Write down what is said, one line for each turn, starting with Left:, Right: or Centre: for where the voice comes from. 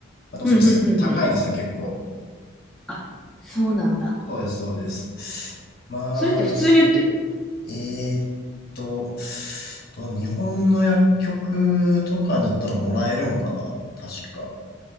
Left: まあと、
Centre: うん、
Left: それ高いんですよ、
Centre: うん、うん。うん
Left: 結構。
Centre: あ、そうなんだ。
Left: そうです、そうです。まあ、
Centre: それって普通に売ってる。
Left: すえーっと、と、日本の薬局とかに行ったらもらえるんかな確か。